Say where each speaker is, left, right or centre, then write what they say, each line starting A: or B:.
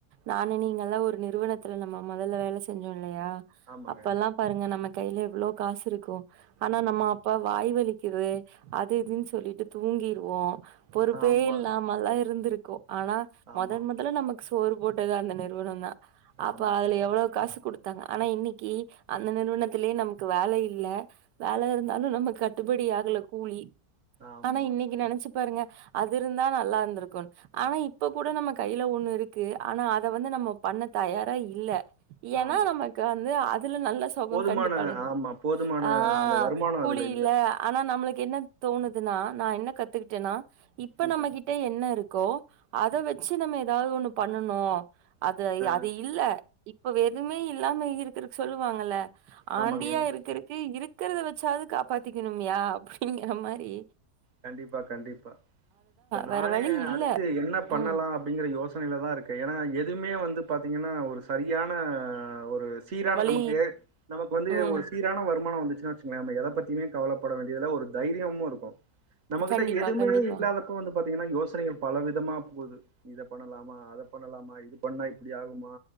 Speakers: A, on the right (about 85°); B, on the right (about 55°).
A: நானு நீங்க எல்லா ஒரு நிறுவனத்துல நம்ம முதல்ல வேல செஞ்சோ இல்லயா
B: ஆமாங்க
A: அப்பல்லா பாருங்க நம்ம கையில எவ்ளோ காசு இருக்கூ ஆனா நம்ம அப் அப்ப வாய் வலிக்கிது அது இதுன் சொல்லிட்டு தூங்கிருவோ பொறுப்பே
B: ஆமா
A: இல்லா ம ல்லா இருந்திருக்கோ ஆனா
B: ஆமாம்
A: மொதன் மொதல்ல நமக்கு சோறு போட்டது அந்த நிறுவனந்தா அப்ப
B: ஆமாங்க
A: அதுல எவ்வுளவு காசு குடுத் தாங்க ஆனா இன்னிக்கி அந்த நிறுவனத்திலேயே நமக்கு வேலை இல்ல வேலை இருந்தாலு நமக்கு கட்டுபடி ஆகல கூலி
B: ஆமா
A: ஆனா இன்னைக்கி நெனச்சு பாருங்க அது இருந்தா நல்லா இருந்திருக்கூன் ஆனா இப்ப கூட நம்ம கையில ஒண்ணு இருக்கு ஆனா அத வந்து நம்ம பண்ண தயார இல்ல ஏன்னா
B: ஆமாங்க
A: நமக்கு வந்து அதுல நல்ல ச சொக
B: போதுமான
A: கண்டு பழகி
B: ஆமா போதுமான
A: ஆ
B: அந்த வருமானோ
A: கூலி
B: அதுல
A: இல்ல ஆனா நம்மளுக்கு என்ன தோணுதுனா நா என்ன கத்துக்கிட்டேனா இப்ப
B: ம்
A: நம்மகிட்ட என்ன இருக்கோ அத வச்சு நம்ம எதாவ்து ஒண்ணு பண்ணனு அது
B: ஆ
A: அது இல்ல இப்பவே எதுமே இல்லாம இருக்கறதுக்கு சொல்லு வாங்கல்ல
B: ஆமாங்க
A: ஆண்டியா இருக்குருக்கு இருக் இருக்கிறத வச்சாவ்து காப்பாத்திக்கிணும்யா அப்படிங்கிற மாறி
B: கண்டிப்பா கண்டிப்பா இப்ப நானே
A: வேற வழி இல்ல
B: அடுத்து என்ன பண்ணலா
A: ம்
B: அப் அப்டிங்கிற யோசனையில தா இருக்கே ஏன்னா எதுவுமே வந்து பாத்தீங்கன்னா ஒரு சரியான ஒரு சீரான
A: வழி
B: நமக்கு நமக்கு வந்து
A: ம்
B: ஒரு சீ சீரான வருமானொ வந்துச்சின் வச்சுங்ளே நம்ம எதை பத்தியுமே கவலப்பட வேண்டியது இல்ல ஒரு தைரியமு இருக்கூ நம்ம கிட்ட
A: கண்டிப்பா
B: எதுவுமே
A: கண்டிப்பா
B: இல்லாத அப்ப வந்து பாத்தீங்கன்னா யோசனைகள் பல விதமா போது இத பண்ணலாமா அத பண்ணலாமா இது பண்ணா இப்புடி ஆகுமா